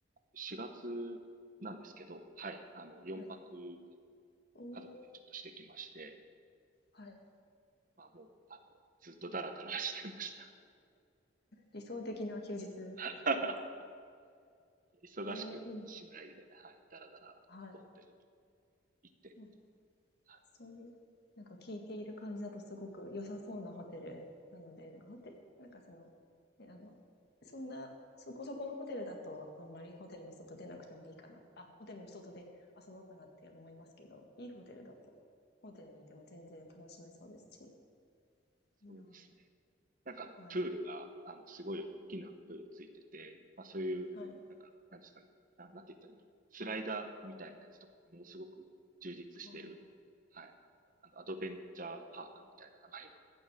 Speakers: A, on the right; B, on the left.
A: 4月なんですけど、はい、あの、4泊家
B: はい。おお、
A: 族でちょっとしてきまして、
B: はい。
A: まあもう、あの、ずっとダラダラしてました。
B: 理想的な休日ですね。
A: <laughs> 忙しくしないで、
B: ええ、いいな。
A: はい、ダラダラとホテル
B: はい。
A: 行って、
B: そう、
A: はい、
B: そういう、なんか聞いている感じだとすごく良さそうなホテルなので、なんかホテなんかその、ね、あの、そんな、そこそこのホテルだと、あんまりホテルの外出なくてもいいかな。あ、ホテルの外で遊ぼうかなって思いますけど、いいホテルだと、ホテルにいても全然楽しめそうですし、いいな。
A: そうですね。なんかあの、
B: はい。
A: プールが、あの、すごい大きなプールついてて、まあそういう、
B: はい。
A: なんか、なんですかね、な、なんて言ったらいいの、スライダーみたいなやつとかがものすごく充実してる、
B: ああ、
A: はい、あの、アドベンチャーパークみたいな名前の、